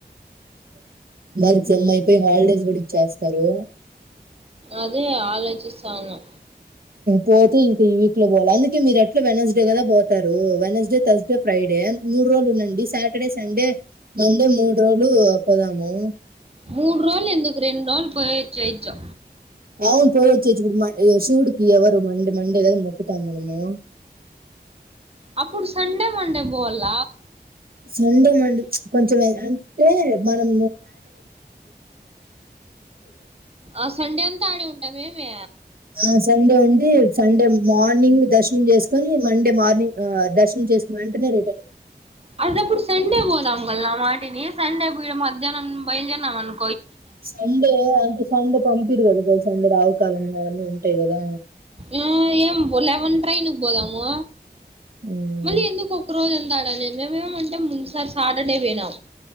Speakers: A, on the right (about 60°); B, on the right (about 35°).
A: మరి సెమ్ అయిపోయి హాలిడేస్ కూడా ఇచ్చేస్తారు
B: అదే ఆలోచిస్తా ఉన్నా
A: పోతే ఇంకా ఈ వీక్ లో పోలి అందుకే మీరు ఎట్లా వెనస్డే కదా పోతారు వెనస్డే థర్స్డే ఫ్రైడే మూడు రోజులు ఉండండి సాటర్డే సండే మండే మూడు రోజులు పోదాము
B: మూడు రోల్ ఎందుకు రెండు రోల్ పోయోచ్చేయచ్చు
A: అవును పోయచ్చేచ్చు ఇప్పుడు మ శివుడికి ఎవరు మండే మండే ఏదు మొక్కుతాం మనము
B: అప్పుడు సండే మండే పొల్ల
A: సండే మండే కొంచం మ అం టే మనం
B: ఆ సండే అంతా ఆడి ఉంటాంమేమి
A: ఆ సండే ఉండి సండే మార్నింగ్ దర్శనం చేస్ తీకొని మండే మార్నింగ్ దర్శన చేసుకుని వెంటనే రి
B: అది అప్పుడు సండే పోదాము గల్ల మాటని సండే ఇడా మధ్యాహనం బయలుదేరేనీనం అను
A: సండే అంటే సండే పంపిరు కదా <unintelligible> సండే రావుకాలము అవన్నీ ఉంటే ఉంటాయి కదా
B: ఆ ఏం లెవెన్ ట్రైన్ కి పోదాము
A: హ్మ్.
B: మళ్ళీ ఎందుకు ఒకరోజు అంత అడా అనే మేమేమంటే ముందుసారి సాటర్డే పోయినాం